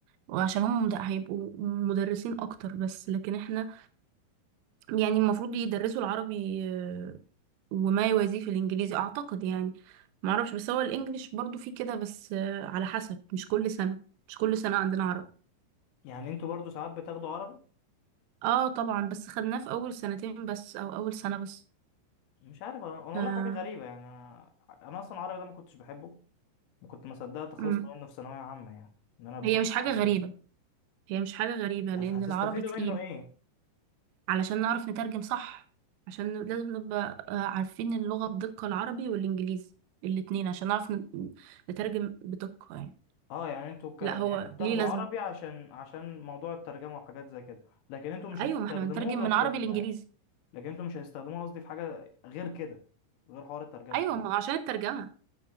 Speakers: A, on the right (about 80°); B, on the left (about 75°).
A: وعشان هم مد- هيبقوا مدرسين اكتر بس لكن احنا يعني المفروض يدرسوا العربي وما يوازيه في الانجليزي اعتقد يعني ما اعرفش بس هو الانجليش برضو فيه كده بس آه، على حسب مش كل سنة مش كل سنة عندنا عربي
B: يعني انتوا برضو ساعات بتاخدوا عربي
A: اه طبعا بس خدناه في اول سنتين بس او اول سنة بس
B: مش عارف انا انا
A: آه.
B: والله حاجه غريبه يعني انا انا اصلا العربي ده ما كنتش بحبه وكنت ما صدقت خلصت
A: أمم.
B: منه في ثانويه عامه يعني ان انا باخد
A: هي مش
B: عربي
A: حاجة
B: ده
A: غريبة هي مش حاجة غريبة لان
B: بس هتستفيدوا
A: العربي تقيل
B: منه ايه
A: علشان نعرف نترجم صح عشان ن- لازم نبقى آه، عارفين اللغة بدقة العربي والانجليزي الاتنين عشان نعرف ن- نترجم بدقة يعني
B: اه يعني انتوا ك...
A: لا
B: يعني
A: هو
B: انتوا بتاخدوا
A: ليه لازمة
B: عربي عشان عشان موضوع الترجمه وحاجات زي كده لكن انتوا مش
A: ايوه
B: هتستخدموه
A: ما احنا بنترجم
B: غير
A: من عربي
B: في ال...
A: لانجليزي
B: لكن انتوا مش هتستخدموه قصدي في حاجه غير كده غير حوار الترجمه
A: ايوه ما هو عشان الترجمة